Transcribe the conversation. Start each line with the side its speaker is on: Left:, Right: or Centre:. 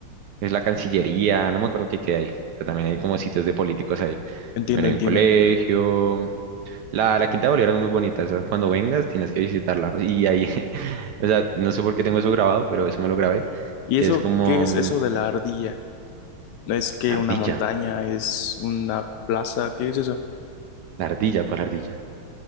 Right: es la Cancillería, no me acuerdo qué queda ahí, pero también hay como sitios de políticos ahí.
Left: Entiendo,
Right: También hay
Left: entiendo,
Right: un colegio.
Left: entiendo.
Right: La, la Quinta de Bolívar es muy bonita, o sea, cuando vengas tienes que visitarla. Y ahí, <laughs> o sea, no sé por qué tengo eso grabado, pero eso me lo grabé,
Left: ¿Y
Right: que
Left: eso,
Right: es como
Left: qué es
Right: mm,
Left: eso de la ardilla? ¿No es que
Right: la ardilla,
Left: una montaña, es una plaza? ¿Qué es eso?
Right: la ardilla, ¿cuál ardilla?